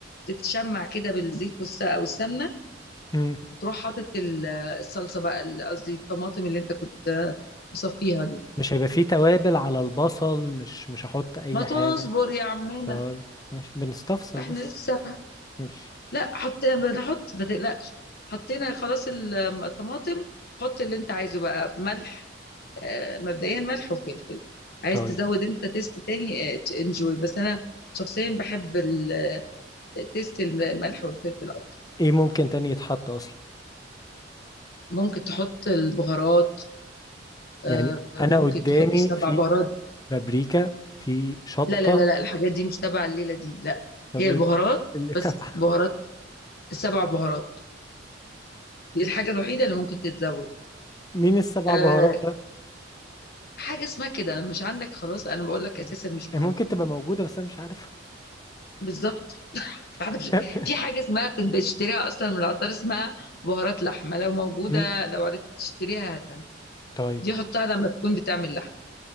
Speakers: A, on the left; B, on the left.
A: تتشمع كده بالزيت والس- والسمنة
B: مم.
A: وتروح حاطط ال- الصلصه بقى ال- قصدي الطماطم اللي انت كنت مصفيها دي
B: مش هيبقى فيه توابل على البصل مش مش هحط اي
A: ما تصبر
B: حاجة
A: يا عمنا
B: طيب ماشي بنستفسر
A: احنا
B: بس
A: لسه
B: ماشي
A: لا حطينا بنحط ما تقلقش حطينا خلاص ال- الطماطم حط اللي انت عايزه بقى ملح آه، مبدئيا ملح وفلفل عايز
B: طيب
A: تزود انت تيست تاني انجوي بس انا شخصيا بحب ال- تيست الملح والفلفل اكتر
B: ايه ممكن تاني يتحط اصلا
A: ممكن تحط البهارات
B: يعني
A: آه، ممكن
B: انا قدامي
A: تحط السبع
B: في
A: بهارات
B: بابريكا في شطة
A: لا لا لا لا الحاجات دي مش تبع الليلة دي لا
B: طب
A: هي
B: ايه
A: البهارات
B: ال- اللي
A: بس
B: تبع
A: بهارات السبع بهارات دي الحاجة الوحيدة اللي ممكن تتزود
B: <laughs> مين السبع
A: آه
B: بهارات ده
A: حاجة اسمها كده مش عندك خلاص أنا بقول لك
B: طيب.
A: أساسا مش مهمة
B: هي ممكن تبقى موجودة بس انا مش عارف
A: بالظبط فاحنا مش-
B: <laughs>
A: في حاجة اسمها بت- بتشتريها أصلا من العطار اسمها بهارات لحمة لو موجودة
B: مم.
A: لو عرفت تشتريها هاتها
B: طيب
A: دي حطها لما تكون بتعمل لحم